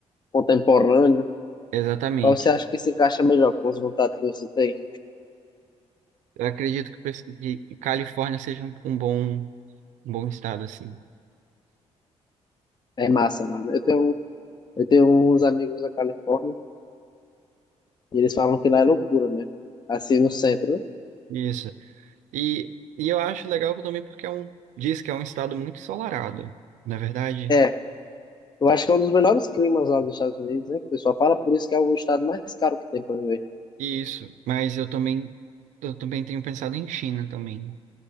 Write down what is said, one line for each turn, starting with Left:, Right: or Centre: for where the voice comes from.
Left: contemporâneo.
Right: Exatamente.
Left: Qual você acha que se encaixa melhor com as vontades que você tem?
Right: Eu acredito que, preci- que Califórnia seja um, um bom, um bom estado, assim.
Left: É massa, mano. Eu tenho, eu tenho uns amigos da Califórnia e eles falam que lá é loucura mesmo. Assim, no centro, né?
Right: Isso. E, e eu acho legal também porque é um, diz que é um estado muito ensolarado, na verdade.
Left: É, Eu acho que é um dos melhores climas lá dos Estados Unidos, né? Que o pessoal fala, por isso que é o estado mais caro que tem para viver.
Right: Isso, mas eu também eu também tenho pensado em China também. né?